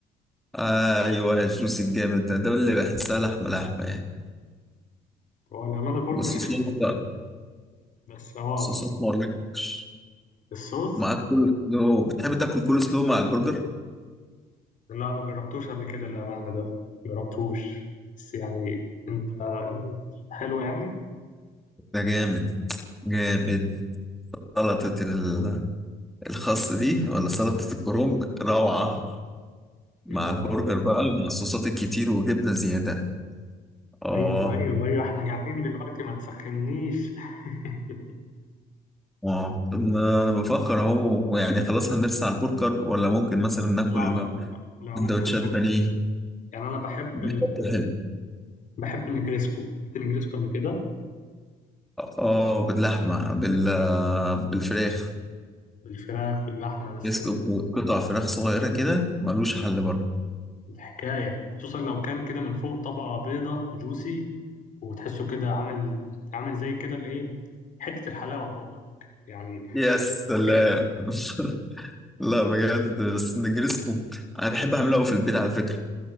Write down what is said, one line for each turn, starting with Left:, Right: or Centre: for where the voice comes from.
Centre: آه ايوه الجوس الجامد ده ده اللي بحسها لحمه لحمه يعني
Left: هو الامانه البرجر
Centre: والصوصات
Left: حلو
Centre: بقى
Left: بس هو
Centre: الصوصات ما اقولكش
Left: الصوص
Centre: معاك كل سلو بتحب تاكل كل سلو مع البرجر
Left: لا ما جربتوش قبل كده الأمانة ده ما جربتوش بس يعني أنت حلو يعني
Centre: ده جامد جامد سلطه ال... الخاص دي ولا سلطه الكرنب روعه مع
Left: يا
Centre: البرجر
Left: الله.
Centre: بقى مع الصوصات الكتير وجبنه زياده اه
Left: أيوه أيوه أيوه إحنا قاعدين دلوقتي ما تسخنيش <laughs>
Centre: اه طب ما انا بفكر اهو يعني خلاص هنرسى على البرجر ولا ممكن مثلا ناكل
Left: لا لا لا ممكن
Centre: سندوتشات بانيه
Left: ممكن. يعني أنا بحب
Centre: بشكل
Left: ال...
Centre: حلو
Left: بحب النجريسكو أكلت النجريسكو قبل كده
Centre: اه باللحمه بال بالفراخ
Left: بالفراخ واللحمة بس
Centre: يسكب
Left: ال-
Centre: قطع فراخ صغيره كده ملوش حل برضه
Left: الحكاية خصوصا لو كان كده من فوق طبقة بيضة جوسي وتحسه كده عامل عامل زي كده الإيه حتة الحلاوة في بقك يعني
Centre: يا سلام
Left: حكاية
Centre: <laughs> لا بجد بس نجرسكو انا بحب اعمله قوي في البيت على فكره